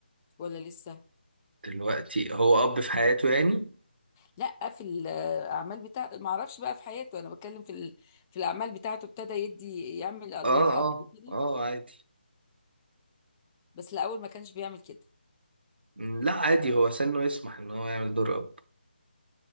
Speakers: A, on the left; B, on the right.
A: ولا لسه
B: دلوقتي هو أب في حياته يعني؟
A: لا في الاعمال بتاع ما اعرفش بقى في حياته انا بتكلم في ال... في الاعمال بتاعته ابتدى يدي يعمل ادوار
B: آه آه
A: اب كده
B: آه عادي
A: بس الاول ما كانش بيعمل كده
B: مم، لا عادي هو سنه يسمح إن هو يعمل دور أب